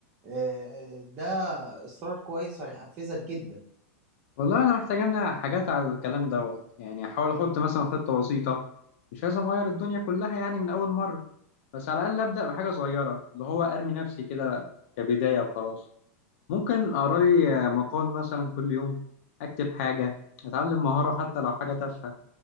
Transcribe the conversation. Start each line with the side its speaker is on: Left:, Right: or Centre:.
Right: آه، ده اصرار كويس هيحفزك جدا
Left: والله انا محتاج امنع حاجات على الكلام دوت يعني احاول احط مثلا خطة بسيطة مش لازم اغير الدنيا كلها يعني من اول مرة بس على الاقل ابدا بحاجة صغيرة اللي هو ارمي نفسي كده كبداية وخلاص ممكن اقرا لي مقال مثلا كل يوم اكتب حاجة اتعلم مهارة حتى لو حاجة تافهة